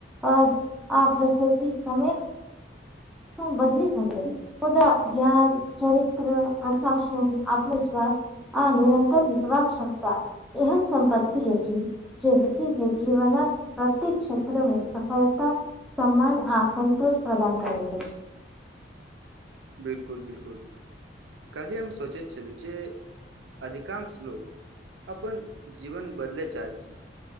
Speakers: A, in the centre; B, on the right.
A: पद <unintelligible> <unintelligible> मुदा ज्ञान चरित्र अनुशासन आत्मविश्वास आ निरन्तर सिखबाक क्षमता एहन सम्पत्तति अछि। जे व्यक्ति केँ जीवन प्रत्येक क्षेत्रमे सफलता सम्मान आ सन्तोष प्रदान करैत अछी
B: बिल्कुल बिल्कुल काल्हि हम सोचे छलू जे अधिकांश लोग <inaudible> अपन जीवन बदलै चाहै छी।